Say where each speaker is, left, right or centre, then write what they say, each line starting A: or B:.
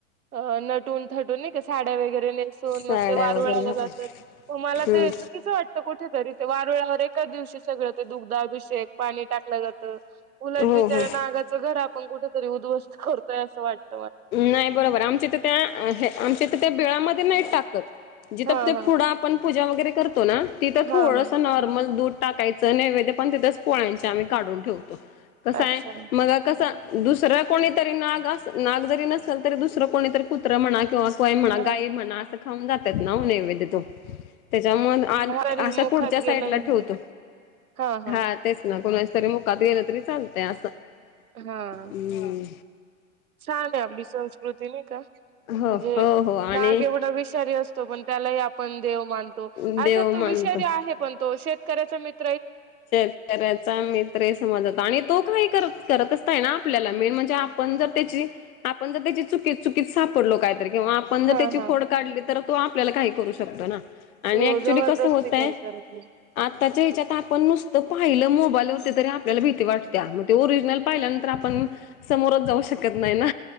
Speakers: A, on the right; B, on the left.
A: अं नटून थटून नाही का साडी. वगैरे नेसून
B: साड्या
A: मग ते वारुळाला
B: वगैरे घालून
A: जातात मला
B: हम्म
A: ते चुकीचं वाटत कोठेतरी ते वारुळा. अरे एकाच दिवशी सगळं ते दुग्धाभिषेक. पाणी टाकलं जातं उलट बिचाऱ्या
B: हो हो
A: नागाच घर आपण कुठेतरी उद्धवस्त करतोय असं वाटत.
B: नाही बरोबर आमच्या तर त्या आमच्या तर त्या बिळामध्ये नाही टाकत. जिथं
A: हां, हां.
B: पुढं आपण पूजा वगैरे करतो ना तिथं
A: हां,
B: थोडस
A: हां.
B: नॉर्मल दूध. टाकायचं नैवेद्य पण तिथंच पोळ्यांचे आम्ही काढून ठेवतो कसं
A: अच्छा.
B: आहे मग कसं. दुसरं कोणीतरी नाग अस नाग जरी नसेल तरी दुसरं कोणीतरी कुत्रा म्हणा किंवा. काय म्हणा
A: हां,
B: गाई
A: हां.
B: म्हणा असं खाऊन जातात ना नैवेद्य तो. त्यामुळं आत
A: तरी
B: अशा
A: मुखात
B: पुढच्या साईडला
A: गेलं म्हणजे
B: ठेवतो
A: हां, हां.
B: हा तेच ना कोणाच. तरी मुकात गेलं तरी चालतय असं
A: हां.
B: हम्म.
A: छान आहे आपली संस्कृती नाही का म्हणजे
B: हो हो हो आणि
A: नाग एवढं विषारी असतो. पण त्यालाही आपण देव मानतो
B: देव
A: अर्थात तो
B: मानतो.
A: विषारी आहे पण तो शेतकऱ्याचा मित्र
B: शेतकऱ्याचा मित्र समजात आणि तो काय कर. करतच नाही ना आपल्याला मेन म्हणजे आपण जर त्याची आपण जर त्याची चुकीत चुकीत सापडलो कायतरी किंवा आपण जर
A: हां,
B: त्याची
A: हां.
B: खोड काढली तर तो आपल्याला काही करू शकतो ना. आणि
A: हो,
B: ऍक्च्युली
A: जबरदस्ती
B: कस होतय
A: काही करत नाही.
B: आताच्या हेच्यात आपण नुसतं पाहिलं मोबाईलवरती तरी आपल्याला भीती वाटते्या मग ते ओरिजिनल पाहिल्यानंतर आपण. समोरच जाऊ शकत नाही ना.